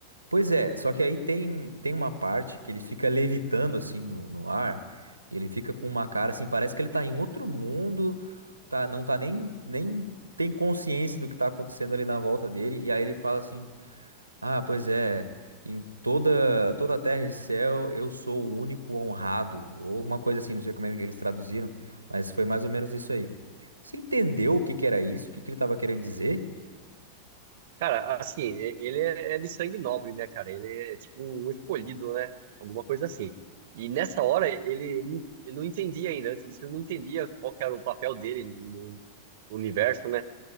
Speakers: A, on the right (about 80°); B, on the right (about 55°).
A: Pois é, só que aí tem, tem uma parte que ele fica levitando assim no, no ar, e ele fica com uma cara assim, parece que ele tá em outro mundo, tá, não tá nem, nem tem consciência do que tá acontecendo ali na volta dele, e aí ele fala assim: Ah, pois é, em toda, toda a terra e céu eu sou o único honrado, ou alguma coisa assim, não sei como é que eles traduziram, mas foi mais ou menos isso aí. Você entendeu o que que era isso? O que que ele tava querendo dizer?
B: Cara, assim, e- ele é é de sangue nobre, né, cara? Ele é tipo um escolhido, né? Alguma coisa assim. E nessa hora, ele não, ele não entendia ainda, antes disso, ele não entendia qual que era o papel dele no no universo, né?